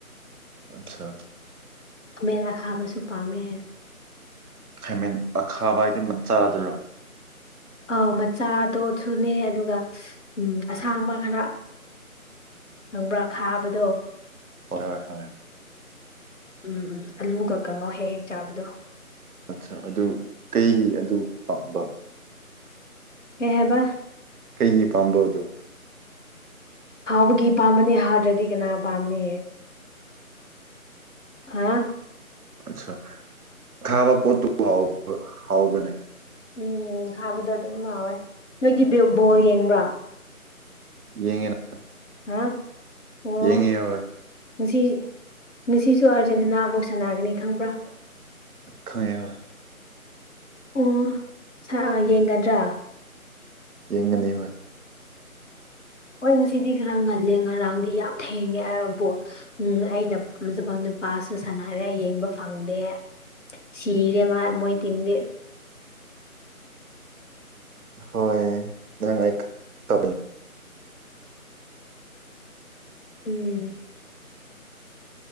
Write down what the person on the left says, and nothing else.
ꯈꯥꯃꯦꯜ ꯑꯈꯥꯕꯁꯨ ꯄꯥꯝꯃꯦꯑꯣ
ꯑꯥꯎ ꯃꯆꯥꯗꯣ ꯖꯨꯅꯦ ꯑꯗꯨꯒ ꯎꯝ ꯑꯁꯥꯡꯕ ꯍꯥꯌꯕ ꯈꯪꯕ꯭ꯔꯥ ꯈꯥꯕꯗꯣ
ꯎꯝ ꯎꯝ ꯑꯂꯨꯒꯛ ꯀꯥꯡꯉꯧ ꯍꯦꯛ ꯍꯦꯛ ꯆꯥꯕꯗꯣ
ꯀꯩꯍꯥꯌꯕ
ꯍꯥꯎꯕꯒꯤ ꯄꯥꯝꯕꯅꯦ ꯍꯥꯗ꯭ꯔꯗꯤ ꯀꯅꯥ ꯄꯥꯝꯅꯤꯢ ꯍꯥ
ꯎꯪ ꯈꯥꯕꯗꯣ ꯑꯗꯨꯝ ꯍꯥꯎꯋꯦ ꯅꯣꯏꯗꯤꯒꯤꯕ ꯕꯣꯜ ꯌꯦꯡꯕ꯭ꯔꯥ
ꯍꯥ ꯑꯣ
ꯉꯁꯤ ꯉꯁꯤꯁꯨ ꯑꯥꯔꯖꯦꯟꯇꯤꯅꯥ ꯑꯃꯨꯛ ꯁꯥꯟꯅꯔꯒꯅꯤ ꯈꯪꯕ꯭ꯔꯥ
ꯎꯪ ꯁꯥꯔ ꯌꯦꯡꯒꯗ꯭ꯔꯥ
ꯍꯣꯏ ꯉꯁꯤꯗꯤ ꯈꯔꯥ ꯉꯜꯂꯦ ꯉꯔꯥꯡꯗꯤ ꯌꯥꯝ ꯊꯦꯡꯉꯦ ꯕ ꯕꯨ ꯎꯝ ꯑꯩꯅ ꯄꯥꯝꯖꯕ ꯅꯨ ꯄꯥꯁꯨ ꯁꯥꯟꯅꯔꯦ ꯌꯦꯡꯕ ꯐꯪꯗꯦ ꯁꯤꯔꯦ ꯃꯥ ꯃꯣꯏ ꯇꯤꯝꯗꯤ
ꯎꯪ